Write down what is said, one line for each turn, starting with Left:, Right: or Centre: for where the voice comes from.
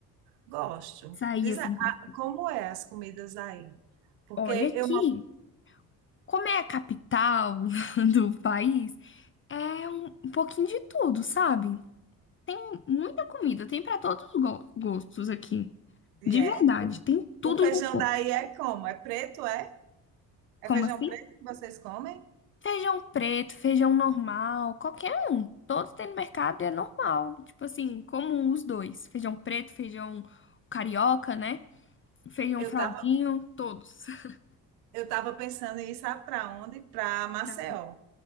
Right: Gosto.
Left: Sair
Right: Diz
Left: assim,
Right: aí, ah,
Left: pra...
Right: como é as comidas aí? Porque
Left: olha aqui.
Right: eu
Left: Como é a capital <laughs> do país, é um um pouquinho de tudo, sabe? Tem muita comida, tem pra todos os go- gostos aqui.
Right: e
Left: De
Right: é.
Left: verdade, tem tudo
Right: O feijão
Left: um pouco.
Right: daí é como? É preto, é? É
Left: Como
Right: feijão
Left: assim?
Right: preto que vocês comem?
Left: Feijão preto, feijão normal, qualquer um. Todos tem no mercado e é normal. Tipo assim, comum os dois. Feijão preto, feijão carioca, né? Feijão
Right: Eu
Left: fraldinho,
Right: tava,
Left: todos. <laughs>
Right: eu tava pensando em ir sabe para onde? Para Maceió.
Left: Fralda.